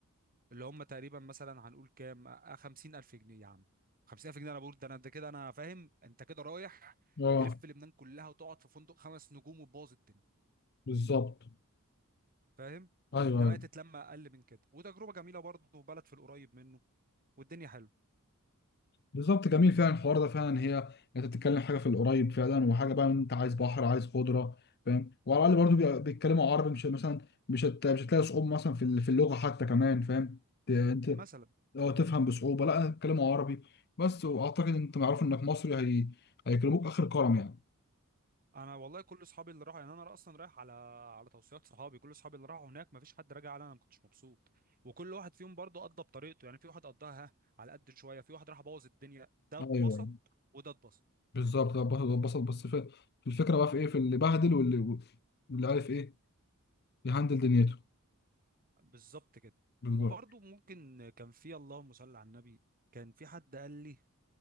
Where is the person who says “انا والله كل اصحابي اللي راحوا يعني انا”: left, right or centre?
Right